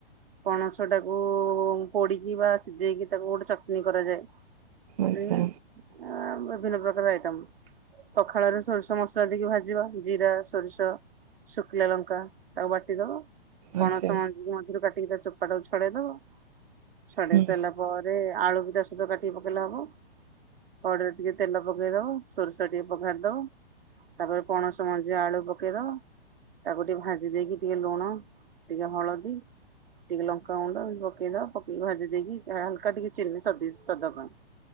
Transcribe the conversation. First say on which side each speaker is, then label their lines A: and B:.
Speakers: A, on the right; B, on the right.
A: ପଣସ ଟାକୁ ପୋଡିକି ବା ସିଝେଇକି ତାକୁ ଗୋଟେ ଚଟନି କରାଯାଏ। ହୁଁ।
B: ଆଚ୍ଛା
A: ଆ ବିଭିନ୍ନ ପ୍ରକାର ଆଇଟମ। ପଖାଳରେ ସୋରିଷ ମସଲା ଦେଇକି ଭାଜିବା ଜିରା, ସୋରିଷ ଶୁକିଲାଲଙ୍କା ତାକୁ ବାଟି ଦବ ପଣସ
B: ଆଚ୍ଛା
A: ମଞ୍ଜି ମଝିରୁ କାଟିକି ତା ଚୋପା ଟାକୁ ଛଡେଇ ଦବ। ଛଡେଇ
B: ହୁଁ
A: ସାରିଲା ପରେ ସେଥିରେ ଆଳୁବି ତାସହିତ କାଟିକି ପକେଇଲେ ହବ। କଡେଇରେ ଟିକେ ତେଲ ପକେଇ ଦବ। ସୋରିଷ ଟିକେ ପଘାରିଦବ। ତାପରେ ପଣସ ମଞ୍ଜି ଆଳୁ ପକେଇଦବ। ତାକୁ ଟିକେ ଭାଜି ଦେଇକି, ଟିକେ ଲୁଣ ଟିକେ ହଳଦୀ ଟିକେ ଲଙ୍କାଗୁଣ୍ଡ ବି ପକେଇ ଦବ ପକେଇକି ଭାଜି ଦେଇକି ହାଲକା ଟିକେ ଚିନି ସ ସ୍ଵାଦ ପାଇଁ।